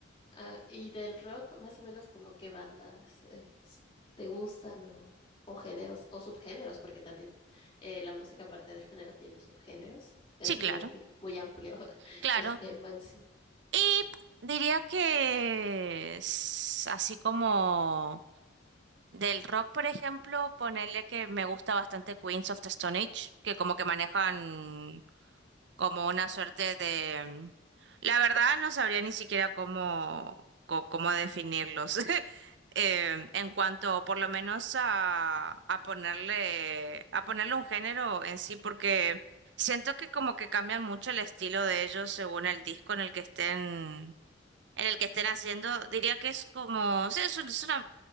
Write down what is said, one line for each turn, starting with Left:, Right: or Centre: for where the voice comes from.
Left: Ah, y del rock, más o menos como qué bandas eh, s- te gustan o, o géneros o subgéneros, porque también eh, la música aparte del género tiene subgéneros. Es
Right: Sí,
Left: muy,
Right: claro,
Left: <laughs> muy amplio <laughs>
Right: claro.
Left: el tema en sí.
Right: Y diría que s- así como del rock, por ejemplo, ponerle que me gusta bastante Queens of the Stone Age, que como que manejan como una suerte de... La verdad no sabría ni siquiera cómo, co- cómo definirlos. <laughs> Eh, en cuanto por lo menos a, a ponerle, a ponerle un género en sí, porque siento que como que cambian mucho el estilo de ellos según el disco en el que estén, en el que estén haciendo. Diría que es como, sí, es un- es una